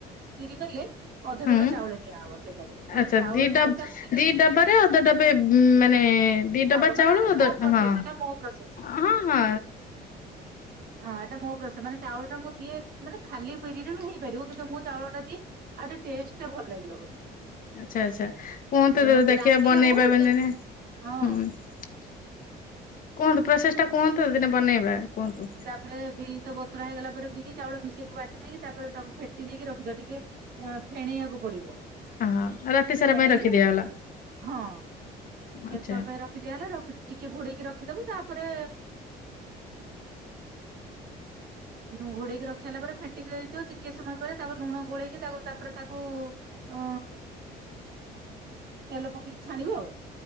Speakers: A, on the right; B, on the left.
A: ବିରିିନେଲେ। ଅଧଡବେ
B: ହୁଁ।
A: ଚାଉଳ ନିଆ ହବ ସେଇଟାରେ ମାନେ
B: ଆଚ୍ଛା
A: ଚାଉଳ
B: ଦି ଡବ
A: ଟା ହିଁ ତାକୁ ଟିକେ
B: ଦି ଡବାରେ ଅଧ ଡବେ ମାନେ ଦି ଡବା
A: ଚାଉଳ ମାନେ <unintelligible>
B: ଅଧ
A: ମୋ ପ୍ରୋସେସ୍
B: ହଁ
A: ଏଟା ମୋ ପ୍ରସେସ୍
B: ହଁ ହଁ
A: ହଁ ଏଟା ମୋ ପ୍ରୋସ ମାନେ ଚାଉଳ ଟା ମୁଁ ଦିଏ ମାନେ ଖାଲି ବିରିରେ ବି ହେଇ ପାରିବ କିନ୍ତୁ ମୁଁ ଚାଉଳ ଟା ଦିଏ ଆଉ ଟିଏ ଟେଷ୍ଟ ଟା ଭଲ ଲାଗିବ ବୋଲି
B: ଆଚ୍ଛା ଆଚ୍ଛା କୁହନ୍ତୁ
A: ତେଣୁ
B: ଦେଖିଆ
A: ରାତିରେ
B: ବନେଇ
A: ହଉ
B: <unintelligible> ଉୁଁ କୁହନ୍ତୁ
A: ହଁ।
B: ପ୍ରୋସେସ୍ ଟା କୁହନ୍ତୁ ଦିନେ ବନେଇବା କୁହନ୍ତୁ
A: ପରେ ବିରି ତ ବତୁରା ହେଇଗଲା ପରେ ବିରି ଚାଉଳ ମିଶେଇକି ବାଟି ଦେଇକି ତାପରେ ତାକୁ ଫେଟି ଦେଇକି ରଖିଦବା ଟିକେ ଆ ଫେଣେଇଆକୁ ପଡିବ
B: ହଁ ରାତି ସାରା
A: ଫେଣେଇଲେ
B: ପାଇଁ ରଖିଦିଆଗଲା
A: ହଁ କେ
B: ଆଚ୍ଛା
A: ସମୟର ରଖିଦିଆଏଲା ରଖ୍ ଟିକେ ଘୋଡେଇକି ରଖିଦବୁ ତାପରେ ନୋ ଘୋଡେଇକି ରଖି ସାରିଲା ପରେ ଫେଟିକି ହେଇଥିବ ଟିକେ ସମୟ ପରେ ତାପରେ ଲୁଣ ଗୋଲେଇକି ତାକୁ ତାପରେ ତାକୁ
B: <unintelligible>
A: ଅ ତେଲ ପକେଇକି ଛାଣିବ ଆଉ